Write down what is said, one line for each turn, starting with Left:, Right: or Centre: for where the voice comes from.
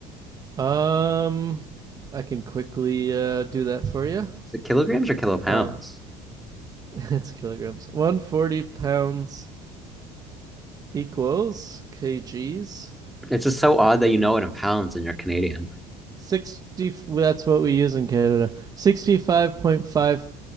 Right: Um, I can quickly uh, do that for you.
Centre: Is it kilograms or kilopounds?
Right: Um, <laughs> it's kilograms. 140 pounds equals kgs
Centre: It's just so odd that you know it in pounds and you're Canadian.
Right: 60 well, that's what we use in canada Sixty-five point five,